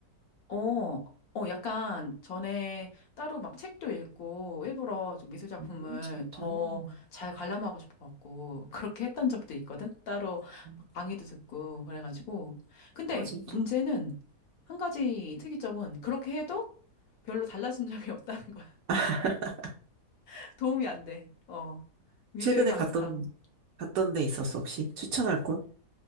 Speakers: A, on the left; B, on the right.
A: 어, 어, 약간 전에 따로 막 책도 읽고 일부러 좀 미술 작품을
B: 음, 진짜.
A: 더
B: 음.
A: 잘 관람하고 싶어갖고 <laughs> 그렇게 했던 적도 있거든? 따로
B: 음.
A: 막 강의도 듣고 그래가지고. 근데
B: 아, 진짜.
A: 문제는 한 가지 특이점은 그렇게 해도 별로 달라진 <laughs> 점이 없다는 거야.
B: <laughs>
A: <laughs> 도움이 안 돼. 어, 미술
B: 최근에
A: 감상.
B: 갔던, 갔던 데 있었어, 혹시? 추천할 곳?